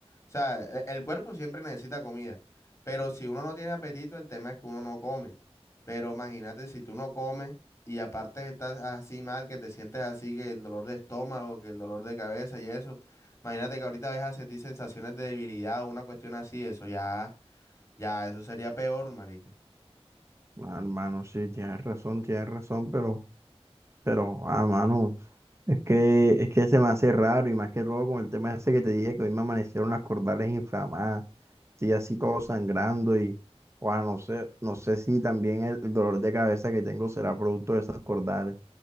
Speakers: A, on the left; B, on the right.
A: sea, e- el, cuerpo siempre necesita comida, pero si uno no tiene apetito, el tema es que uno no come. Pero imagínate si tú no comes y aparte estás así mal, que te sientes así, que el dolor de estómago, que el dolor de cabeza y eso, imagínate que ahorita vas a sentir sensaciones de debilidad o una cuestión así, eso ya. Ya, eso sería peor, marica.
B: Ah, hermano, sí, tienes razón, tienes razón, pero, pero, ah, mano, es que, es que se me hace raro y más que todo con el tema ese que te dije que hoy me amanecieron las cordales inflamadas, sí, así todo sangrando y, ah, no sé, no sé si también el el dolor de cabeza que tengo será producto de esas cordales.